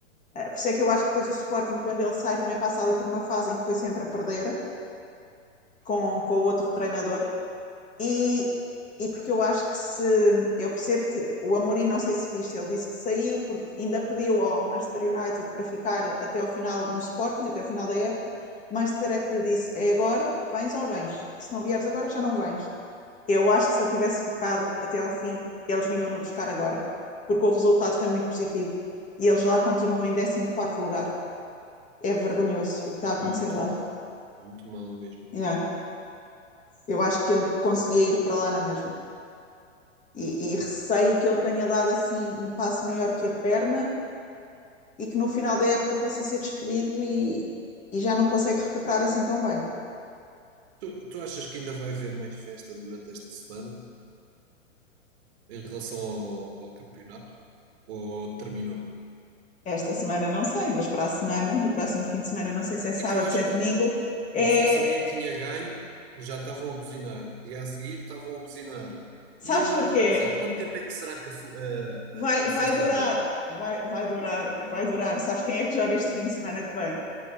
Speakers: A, on the left; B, on the right.
A: É Por isso é que eu acho que depois o Sporting, quando ele sai, também passa ali por uma fase em que foi sempre a perder com, com o outro treinador. E, e porque eu acho que se. Eu percebo que o Amorim, não sei se viste, ele disse que saiu porque ainda pediu ao Manchester United para ficar até ao final no Sporting, até ao final da época. Manchester é que lhe disse: é agora, vens ou vens? Se não vieres agora, já não vens. Eu acho que se ele tivesse ficado até ao fim, eles vinham-no buscar agora, porque o resultado foi muito positivo e eles lá continuam em décimo quarto lugar é vergonhoso o que está a acontecer
B: Muito
A: lá.
B: mal, muito mal mesmo.
A: Yeah. Eu acho que ele conseguia ir para lá na mesma. E, e receio que ele tenha dado assim um passo maior que a perna e que no final da época possa ser despedido e, e já não consegue recuperar assim tão bem.
B: Tu, tu achas que ainda vai haver mais festa durante esta semana em relação ao, ao campeonato? Ou terminou?
A: Esta semana não sei, mas para a semana, no próximo fim de semana, não sei se é sábado,
B: É que eu acho
A: se é domingo,
B: que
A: é.
B: o pessoal sabia que tinha ganho e já estavam a buzinar. Dia a seguir estavam a buzinar. E
A: Sabes
B: eu agora
A: porquê?
B: estou a pensar, quanto tempo é que será que a, fu- a- a-
A: Vai,
B: a
A: vai
B: festa
A: durar,
B: dura?
A: vai, vai durar, vai durar. Sabes quem é que joga este fim de semana que vem?